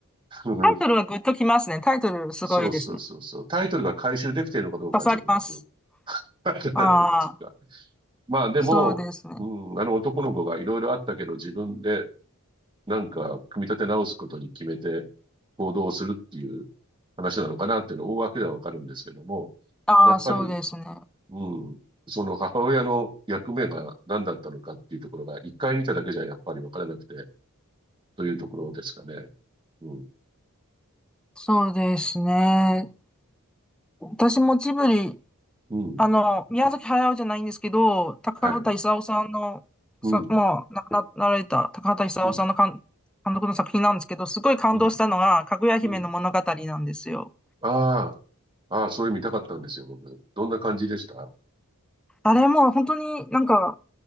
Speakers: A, on the right; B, in the centre.
A: <laughs>
B: タイトルはグッときますね。タイトルすごいですね。
A: そうそうそうそう。タイトルが回収できているのかどうかはちょっと僕、
B: 刺さります。
A: わからないっていうか。
B: ああ、
A: まあでも、
B: そうですね。
A: うん、あの男の子がいろいろあったけど、自分でなんか、組み立て直すことに決めて行動をするっていう話なのかなっていうのは大枠ではわかるんですけども、
B: ああ、
A: やっぱり、
B: そうですね。
A: うん、その母親の役目が何だったのかっていうところが、一回見ただけじゃやっぱりわからなくて、というところですかね。うん、
B: そうですね。私もジブリ、
A: うん、
B: あの、宮崎駿じゃないんですけど、高畑勲さんの、
A: はい。うん、
B: さ、もう亡くななられた高畑勲さんの監監督の作品なんですけど、
A: うん、
B: すごい感動したのが、
A: うん、
B: かぐや姫の物語なんですよ。
A: うん。ああ、ああ、そういう見たかったんですよ、僕。どんな感じでした
B: あれもう本当になんか